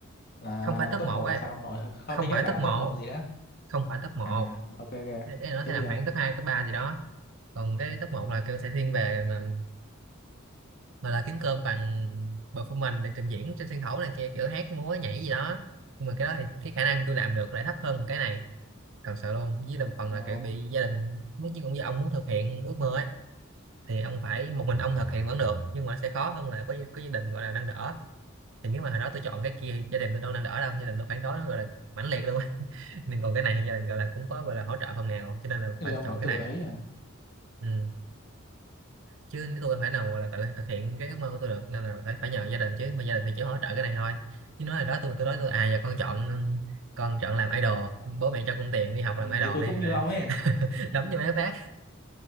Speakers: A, on the left; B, on the right.
A: là
B: không phải top
A: top
B: một
A: 1
B: ấy
A: là sao ông nội không
B: không
A: thích nhất
B: phải
A: là
B: top một
A: top một còn gì nữa.
B: không phải top một
A: À, ok ok.
B: nó
A: Tiếp
B: sẽ nằm
A: đi ông.
B: khoảng top 2 top 3 gì đó còn cái top một
A: Ừ.
B: là kiểu sẽ thiên về mà gọi là kiếm cơm bằng performance để trình diễn trên sân khấu này kia kiểu hát múa nhảy gì đó nhưng mà cái đó thì cái khả năng tôi làm được lại thấp hơn cái này thật sự luôn với lại một phần
A: Ồ,
B: là kiểu bị gia đình nói chứ ông ông muốn thực hiện ước mơ ấy thì ông phải một mình ông thực hiện vẫn được nhưng mà sẽ khó hơn là có có gia đình gọi là nâng đỡ thì nếu mà hồi đó tôi chọn cái kia thì gia đình tôi đâu nâng đỡ đâu gia đình tôi phản đối gọi là mãnh liệt luôn <laughs> nên còn cái này thì gia đình gọi là cũng có gọi là hỗ trợ phần nào cho nên là
A: thế
B: phải
A: thì ông
B: chọn
A: phải tự
B: cái này
A: ấy à.
B: ừ. chứ nếu tôi phải nào gọi là tự thực hiện cái ước mơ của tôi được nên là phải phải nhờ gia đình chứ mà gia đình thì chỉ hỗ trợ cái này thôi chứ nói là đó tôi tôi nói tôi à giờ con chọn con chọn làm idol bố mẹ cho con tiền đi học làm
A: Ừ,
B: idol
A: thì tôi
B: đi
A: cũng như
B: là
A: ông ấy.
B: <laughs> đấm cho mấy phát